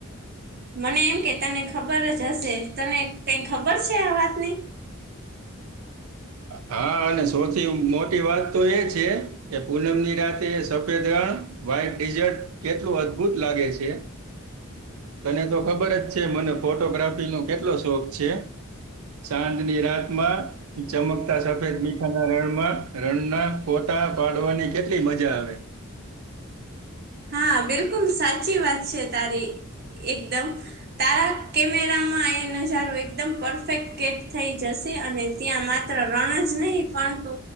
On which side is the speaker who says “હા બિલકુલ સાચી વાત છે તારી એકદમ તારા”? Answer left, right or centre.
Right